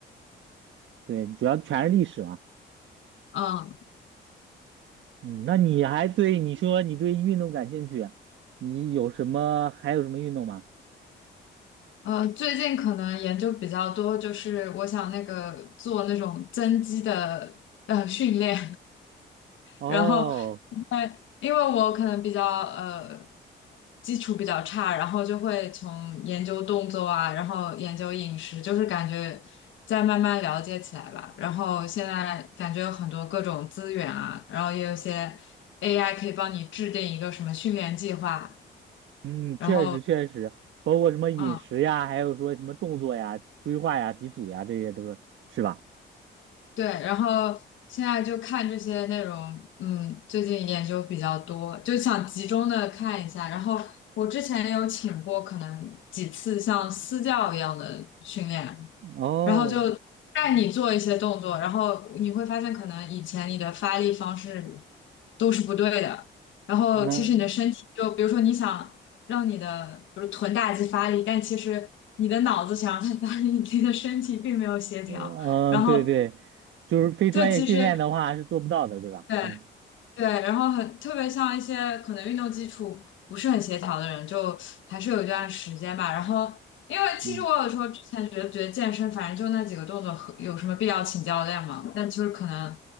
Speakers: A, on the right; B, on the left.
A: 对，主要全是历史嘛。
B: 嗯
A: 嗯，那你还对你说你对运动感兴趣，你有什么还有什么运动吗？
B: 呃，最近可能研究比较多，就是我想那个做那种增肌的呃训练，
A: 哦，
B: 然后，因为因为我可能比较呃基础比较差，然后就会从研究动作啊，然后研究饮食，就是感觉再慢慢了解起来吧。然后现在感觉有很多各种资源啊，然后也有一些 AI 可以帮你制定一个什么训练计划，
A: 嗯，
B: 然后
A: 确实确实，包括什么饮食呀，
B: 嗯。啊
A: 还有说什么动作呀、规划呀、几组呀，这些都是是吧？
B: 对，然后现在就看这些内容，嗯，最近研究比较多，就想集中的看一下。然后我之前也有请过可能几次像私教一样的训练，
A: 哦，
B: 然后就带你做一些动作，然后你会发现可能以前你的发力方式都是不对的，然后其实你的身体就比如说你想让你的比如臀大肌发力，
A: 那
B: 但其实你的脑子想让它发力，你的身体并没有协调，
A: 嗯，
B: 然后。
A: 对对，就是非专业训练的话是做不到的，
B: 就其实
A: 对吧？
B: 对
A: 嗯
B: 对，然后很特别像一些可能运动基础不是很协调的人，就还是有一段时间吧。然后，因为其实我有时候之前觉得觉得健身反正就那几个动作和，
A: 嗯
B: 有什么必要请教练嘛？但就是可能